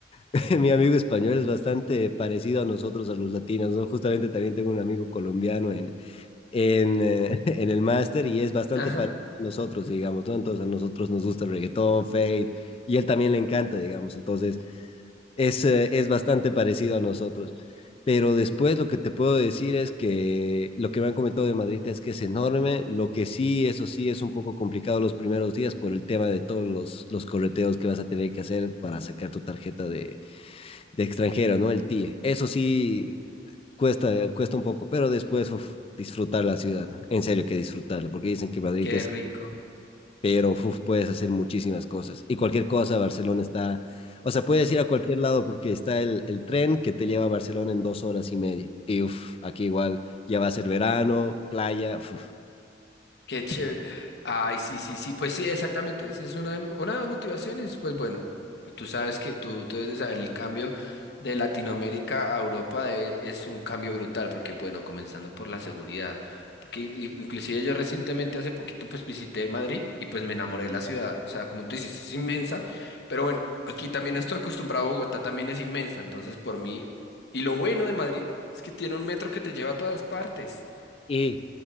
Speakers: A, on the left; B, on the left.
A: <laughs> mi amigo español es bastante parecido a nosotros, a los latinos, ¿no? Justamente también tengo un amigo colombiano en, eh, <laughs> en el máster y es bastante
B: Ajá,
A: parecido a nosotros, digamos, ¿no? Entonces a nosotros nos gusta el reggaetón, Fate, y él también le encanta, digamos, entonces es, eh, es bastante parecido a nosotros. Pero después lo que te puedo decir es que lo que me han comentado de Madrid es que es enorme, lo que sí, eso sí, es un poco complicado los primeros días por el tema de todos los, los correteos que vas a tener que hacer para sacar tu tarjeta de, de extranjero, ¿no? El TIE. Eso sí, cuesta, cuesta un poco, pero después, uf, disfrutar la ciudad. En serio que disfrutarla, porque dicen que Madrid
B: qué
A: es,
B: rico.
A: pero uf, puedes hacer muchísimas cosas. Y cualquier cosa, Barcelona está, o sea, puedes ir a cualquier lado porque está el, el tren que te lleva a Barcelona en dos horas y media. Y uf, aquí igual ya va a ser verano, playa, uf,
B: Qué chévere. Ay, sí, sí, sí, pues sí, exactamente. Esa es una de, una de las motivaciones. Pues bueno, tú sabes que tú, tú debes de saber el cambio de Latinoamérica a Europa e- es un cambio brutal, porque bueno, comenzando por la seguridad, porque i- inclusive yo recientemente, hace poquito, pues visité Madrid y pues me enamoré de la ciudad. O sea, como tú dices, es inmensa, pero bueno, aquí también estoy acostumbrado a Bogotá, también es inmensa, entonces por mí. Y lo bueno de Madrid es que tiene un metro que te lleva a todas partes.
A: Y